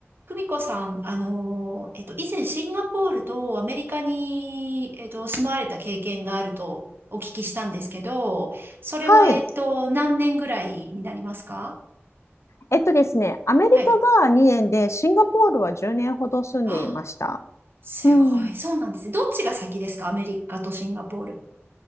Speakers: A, on the right; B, on the left.
A: 久美子さん、あのえっと、以前シンガポールとアメリカに、えっと、住まわれた経験があるとお聞きしたんですけど、それは、
B: はい。
A: えっと、何年ぐらいになりますか
B: えっとですね、アメリ
A: はい。
B: カが2年で、シンガポールは10年ほど住んでいました。
A: あ、すごい。
B: うん。
A: そうなんですね。どっちが先ですかアメリカとシンガポール。